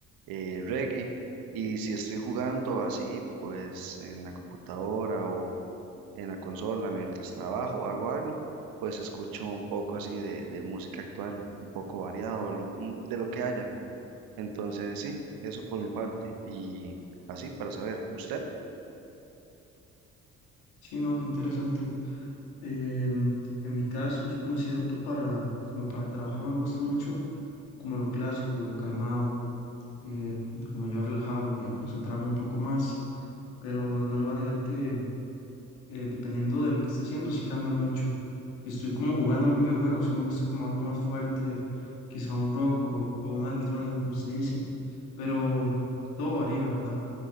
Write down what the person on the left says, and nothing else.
Sí, no, qué interesante. Em, en mi caso, yo considero que para, como para trabajar me gusta mucho como lo clásico, lo calmado, eh, porque me ayuda a relajarme y a concentrarme un poco más, pero no le voy a negar que eh, dependiendo de lo que esté haciendo, sí cambia mucho. Si estoy como jugando algún videojuego, sí me gusta como algo más fuerte, quizá un rock o, o una electrónica, como usted dice, pero todo varía, ¿verdad?